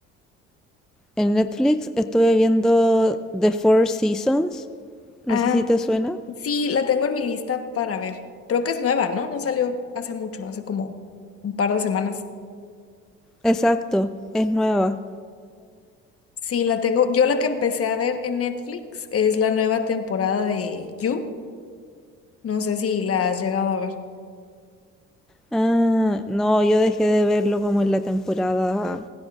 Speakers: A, in the centre; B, on the left.
A: En Netflix estuve viendo The Four Seasons. No
B: Ah,
A: sé si te suena.
B: sí, la tengo en mi lista para ver. Creo que es nueva, ¿no? No salió hace mucho, hace como un par de semanas.
A: Exacto, es nueva.
B: Sí, la tengo. Yo la que empecé a ver en Netflix es la nueva temporada de You. No sé si la has llegado a ver.
A: Ah, no, yo dejé de verlo como en la temporada